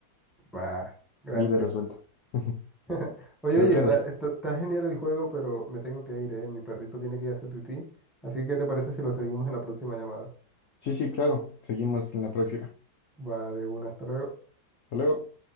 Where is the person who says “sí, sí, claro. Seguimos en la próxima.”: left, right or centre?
Left